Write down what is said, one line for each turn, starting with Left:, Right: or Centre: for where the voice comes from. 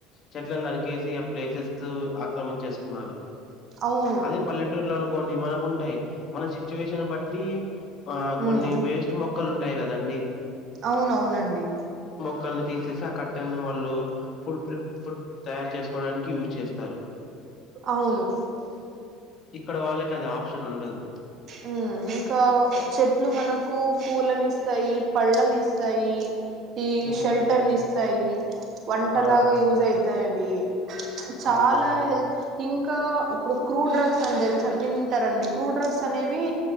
Left: చెట్లను నరికేసి ఆ ప్లేసెస్ ఆక్రమించేసుకున్నారు
Right: అవును
Left: అదే పల్లెటూరులో అనుకోండి మనకుంటాయి మన సిచ్యువేషన్ బట్టి ఆ కొన్ని
Right: ఉమ్
Left: వేస్ట్ మొక్కలు ఉంటాయి కదండి
Right: అవునవునండి
Left: క్కని తీసేసి ఆ కట్టన్ని వాళ్ళు ఫుడ్ ఫుడ్ తయారు చేసు డానికి యూస్ చేస్తారు
Right: అవును
Left: ఇక్కడ వాళ్ళకి అది ఆప్షన్ ఉండదు
Right: ఉమ్మ్ ఇంకా చెట్లు మనకు పూలనిస్తాయి పళ్ళనిస్తాయి యి
Left: అవునండి
Right: షెల్టర్ ని ఇస్తాయి వంట
Left: ఆ
Right: లాగా యూస్ అయితాయవి చాలా
Left: అవును
Right: హెల్త్ ఇంకా ఇప్పుడు క్రూడ్ డ్రగ్స్ అని తెలుసా వినుంటారండి క్రూ డ్రగ్స్ అనేవి